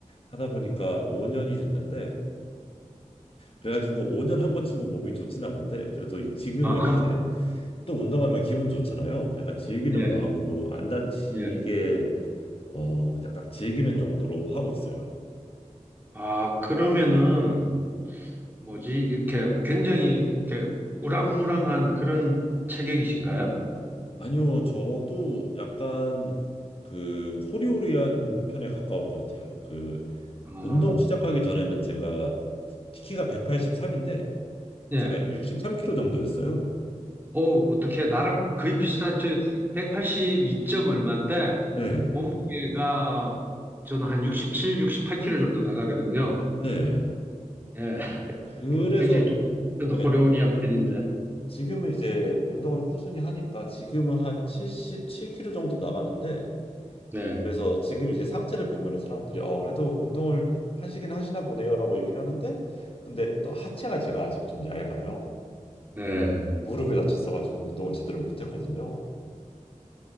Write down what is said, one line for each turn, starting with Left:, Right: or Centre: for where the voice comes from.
Left: 하다 보니까 5년이 됐는데, 그래가지고 5년한 거 치고 몸이 좋진 않은데, 그래도 이- 지금은
Right: 아,
Left: 이제
Right: <laughs>
Left: 또 운동하면 기분 좋잖아요. 약간 즐기는
Right: 예,
Left: 마음으로 안 다치게,
Right: 예.
Left: 어, 그냥 딱 즐기는 정도로 하고 있어요.
Right: 아 그러면은 뭐지? 이렇게 굉장히 이렇게 우람무람한 그런 체격이신가요?
Left: 아니요, 저도 약간 그 호리호리한 편에 가까운 것 같아요. 그
Right: 아,
Left: 운동 시작하기 전에는 제가 키가 183인데
Right: 예.
Left: 제가 63kg 정도였어요.
Right: 오, 어떻게 나랑 거의 비슷한 저 182점 얼마인데
Left: 네,
Right: 몸무게가 저는 한 67, 68kg 정도 나가거든요.
Left: 네.
Right: 예.
Left: 그래서
Right: 굉장히 좀 저도
Left: 예,
Right: 호리호리한 편인데.
Left: 지금은 이제 운동을 꾸준히 하니까 지금은 한 77kg 정도 나가는데
Right: 네.
Left: 그래서 지금 이제 상체를 보면은 사람들이 어 그래도 운동을 하시긴 하시나 보네요라고 얘기는 하는데 근데 또 하체가 제가 아직 좀 얇아요.
Right: 네.
Left: 무릎을 다쳤어가지고 운동을 제대로 못했거든요.